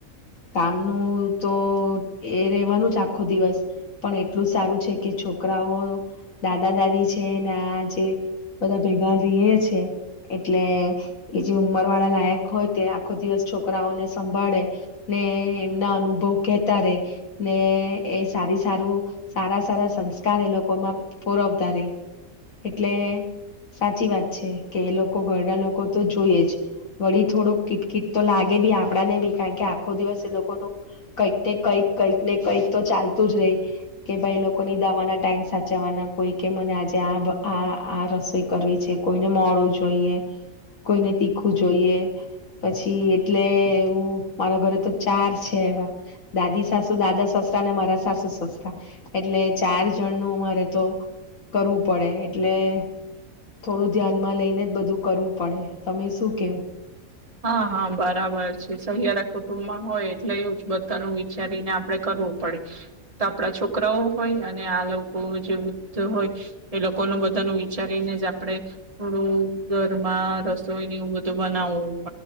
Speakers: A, on the left; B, on the right.
A: કામનું તો એ રેવાનું જ આખો દિવસ, પણ એટલું જ સારું છે કે છોકરાઓ દાદા દાદી છે ને આ જે બધા ભેગા રહી છે, એટલે એ જે ઉંમર વાળા લાયક હોય તે આખો દિવસ છોકરાઓને સંભળે, ને એમના અનુભવ કહેતા રે, ને એ સારી સારું સારા સારા સંસ્કાર એ લોકોમાં પરવતા રે, એટલે સાચી વાત છે કે એ લોકો ઘરના લોકો તો જોય જ, વળી થોડુંક કીટ કિટ તો લાગે બી આપ કે આખો દિવસ એ લોકોનું, કંઈક ને કઈક કઈક ને કઈક તો ચાલતું જ રહી, કે ભાઈ લોકોની દવાના ટાઈમ સાચવવાના કોઈ કે મને આજે આ આ આ રસોઈ કરવી છે કોઈને મળવું જોઈએ, કોઈને તીખું જોઈએ, પછી એટલે મારા ઘરે તો ચાર છે એવા, દાદી સાસુ દાદા સસરા ને મારા સાસુ સસરા, એટલે ચાર જણ નું અરે તો કરવું પડે, એટલે થોડું ધ્યાનમાં લઈને જ બધું કરવું પડે, તમે શું કેવું?
B: હા હા બરાબર છે, સહિયારા કુટુંબમાં હોય એટલે એવ જ બધાનું વિચારીને આપડે કરવું પડે, તો આપડા છોકરાઓ હોય અને આ લોકો જેધ હોય, એ લોકોનું બધાનું વિચારીને જ આપડણે થોડું ઘરમાં રસોઈને એવું બધું બનાવવું.